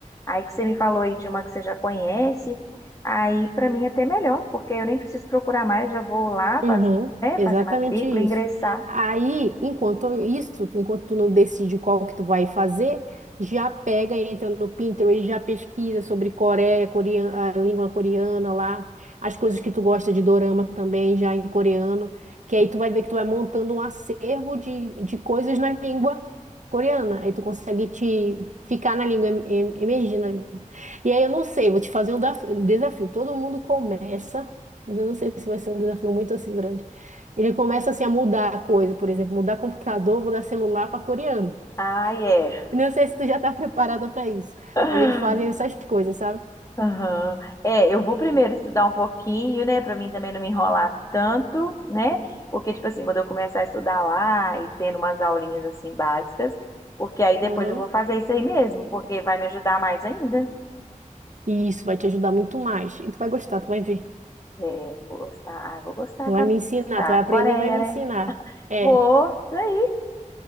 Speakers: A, on the left; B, on the right.
A: Aí que você me falou aí de uma que você já conhece, aí para mim é até melhor, porque eu nem preciso procurar mais, já vou lá
B: Uhum,
A: faz, né,
B: exatamente
A: fazer matrícula,
B: isso.
A: ingressar.
B: Aí, enquanto isso, tu- enquanto tu não decide qual que tu vai fazer, já pega, entra no Pinterest, já pesquisa sobre Coreia, coreana, a língua coreana lá, as coisas que tu gosta de dorama também, já em coreano, que aí tu vai ver que tu vai montando um acervo de, de coisas na língua coreana. Aí tu consegue te ficar na língua, em- em- emergir na língua. E aí eu não sei, vou te fazer um daf- desafio. Todo mundo começa. Mas eu não sei se vai ser um desafio muito assim grande. Ele começa assim a mudar a coisa, por exemplo, mudar computador, mudar celular para coreano.
A: Ah, é.
B: <laughs> Não sei se tu já está preparada para isso,
A: <laughs>
B: mas eles fazem essas coisas, sabe?
A: Aham. É, eu vou primeiro estudar um pouquinho, né, Pra mim também não me enrolar tanto, né? Porque tipo assim, quando eu começar a estudar lá e tendo umas aulinhas assim básicas, porque aí depois
B: Uhum.
A: eu vou fazer isso aí mesmo, porque vai me ajudar mais ainda.
B: E isso vai te ajudar muito mais. E tu vai gostar, tu vai ver.
A: É, vou gostar, ah, vou gostar,
B: Tu
A: agora
B: vai me
A: vou
B: ensinar,
A: gostar.
B: tu vai aprender
A: Coreia,
B: e vai me
A: né?
B: ensinar. É,
A: Vou, isso aí.